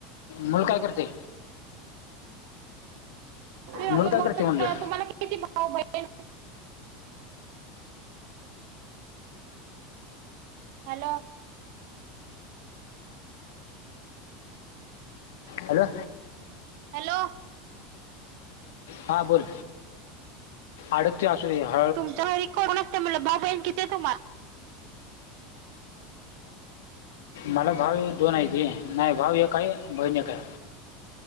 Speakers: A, on the left; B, on the right.
A: मुल काय करते
B: की
A: मुल काय
B: मग
A: करते म्हंडल.
B: तुम्हाला किती भाऊ बहीण. हॅलो,
A: हॅलो,
B: हॅलो,
A: ''हां'' बोल अडकते असूदे हा,
B: तुमचं लय <inaudible> वरी कोण असते म्हला किती तुम्हा <inaudible>
A: मला भाऊ दोन आहे नाही भाऊ एक आहे बहीण एक आहे.